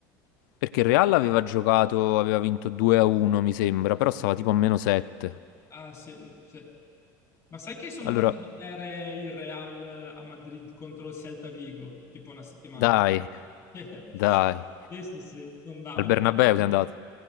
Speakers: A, on the left; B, on the left.
A: Perché il Real aveva giocato, aveva vinto 2-1, mi sembra, però stava tipo a meno 7.
B: Ah, sì, sì. Ma sai che sono
A: Allora,
B: andato a vedere il Real eh, a Madrid contro il Celta Vigo, tipo una settimana
A: dai,
B: fa? <laughs>
A: dai.
B: Sì, sì, sì, sono andato
A: Al
B: perché
A: Bernabeu
B: ero a Madrid.
A: sei andato.